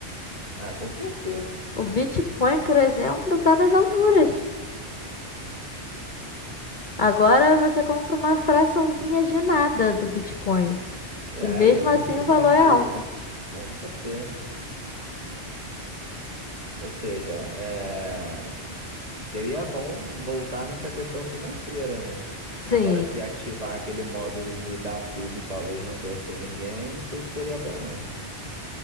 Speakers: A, on the right (about 35°); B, on the left (about 45°).
A: Ah, com certeza.
B: O Bitcoin, por exemplo, tá nas alturas. Agora você compra uma fraçãozinha de nada do Bitcoin.
A: É,
B: E mesmo
A: e é muito
B: assim o valor
A: mais
B: é
A: que.
B: alto.
A: Com certeza. Ou seja, é, seria bom voltar nessa questão financeira, né?
B: Sim,
A: Agora, se ativar aquele modo mudar tudo e talvez não conhecer ninguém, não sei se seria bom, não. O